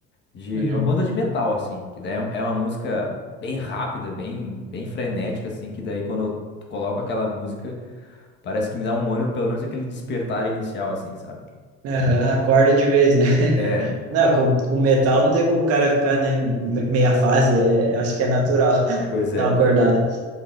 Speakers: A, on the left; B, on the right.
A: de
B: uhum.
A: uma banda de metal assim, que daí é é uma música bem rápida, bem bem frenética assim, que daí quando eu coloco aquela música, parece que me dá um ânimo, pelo menos aquele despertar inicial, assim, sabe?
B: Aham, acorda de vez, né? <laughs>
A: É,
B: Não, com, com metal não tem como o cara ficar, né? me- Meia fase, é- acho que é natural <laughs>
A: pois é.
B: dar uma acordada.